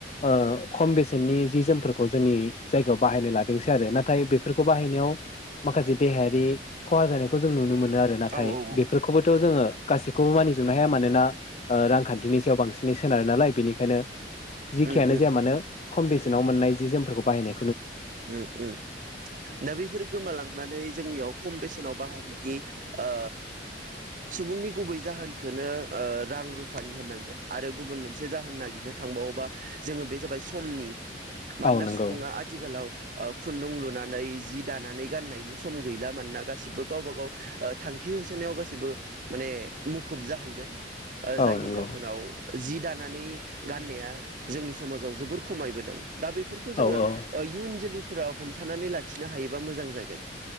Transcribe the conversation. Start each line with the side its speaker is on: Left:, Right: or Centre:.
Left: ओ खम बेसेननि जि जोमफोर <unintelligible> जोंनि जायगायाव बाहायनो लादों आरो नाथाय बेफोरखौ बाहायनायाव माखासे देहायारि खहा जानायखौ जों नुनो मोनो। नो आरो नाथाय
Right: औ औ
Left: बेफोरखौबोथ' जोङो गासैखौबो मानिजोबनो हाया मानोना ओ रांखान्थिनि सायाव बांसिनै सोनारो नालाय बेनिखायनो जेखियानो
Right: उम उम
Left: जाया मानो। खम बेसेनाव मोननाय जि जोमफोरखौ बाहायनाय
Right: उम उम दा बैफोर गोमालांनानै जोंनियाव खम बेसेनाव बाहायनायनि ओ सुबुंनि गुबै जाहोनखोनो ओ रां रुफानि होननांगोन आरो गुबुन मोनसे जाहोन नागिरनो थांबावोबा जोङो बे जाबाय समनि मानोना
Left: औ नंगौ
Right: सुबुङा आथिखालाव ओ खुन्दुं लुनानै जि दानानै गाननायनि सम गैला मानना गासिबो गावबा गाव ओ थांखि होसोनायाव गासिबो माने मुखुब जाहैदों ओ
Left: औ
Right: जायनि
Left: नंगौ
Right: जाहोनाव जि दा नानै गाननाया जोंनि समाजाव जोबोर खमायबोदों दा बेफोरखौ जोङो
Left: औ औ
Right: ओ इयुन जों लैफोरा हमथानानै लाखिनो हायोबा मोजां जागोन